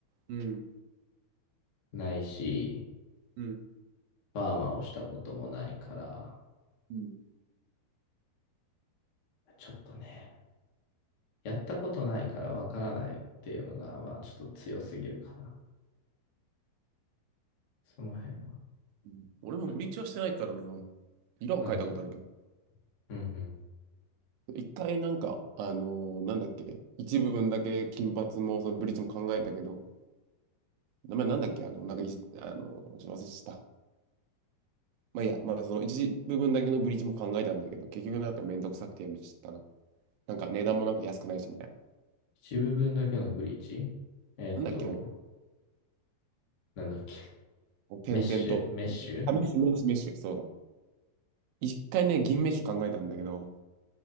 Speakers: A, on the right; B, on the left.
A: うん。
B: ないし、
A: うん。
B: パーマをしたこともないから、
A: うん。
B: ちょっとね、やったことないからわからないっていうのが、まあちょっと強すぎるかな。その辺は。
A: うん俺もブリーチはしてないからな。色を変えたことあるけど。
B: なんと、うんうん。
A: 一回なんか、あのーなんだっけ、一部分だけ金髪もそのブリーチも考えたけど、名前なんだっけ、あの、なんかいじ、あのーちょっと忘れした。まあいいや、まあその一部分だけのブリーチも考えたんだけど、結局なんかめんどくさくてやめちゃったな。なんか値段もなんか安くないしみたいな。
B: 一部分だけのブリーチえーっと、
A: なんだっけな、
B: なんだっけ。
A: こう点々と。
B: メッシュ、メッシュ
A: あ、メッシュ、メッシュ、メッシュ、そうだ。一回ね、銀メッシュ考えたんだけど、